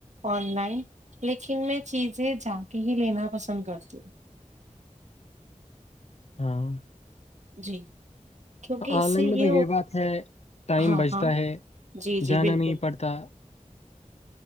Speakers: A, on the right; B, on the left.
A: آن لائن لیکن میں چیزیں جا کے ہی لینا پسند کرتی ہوں <unintelligible>
B: ہاں <unintelligible>
A: جی <unintelligible> اس
B: آن لائن
A: سے
B: میں تو یہ
A: ہو-
B: بات ہے ٹائم
A: ہاں
B: بچتا
A: ہاں
B: ہے
A: جی
B: جانا
A: جی بالکل
B: نہیں پڑتا <unintelligible>